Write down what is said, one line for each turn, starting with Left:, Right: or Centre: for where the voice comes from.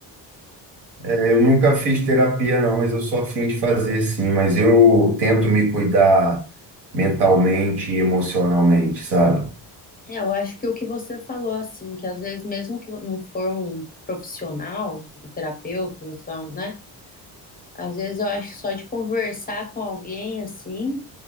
Right: É, eu nunca fiz terapia, não, mas eu sou afim de fazer sim. Mas eu tento me cuidar mentalmente e emocionalmente, sabe?
Left: É, eu acho que o que você falou assim, que às vezes mesmo que não for um profissional, um terapeuta, você vai, né? Às vezes eu acho que só de conversar com alguém assim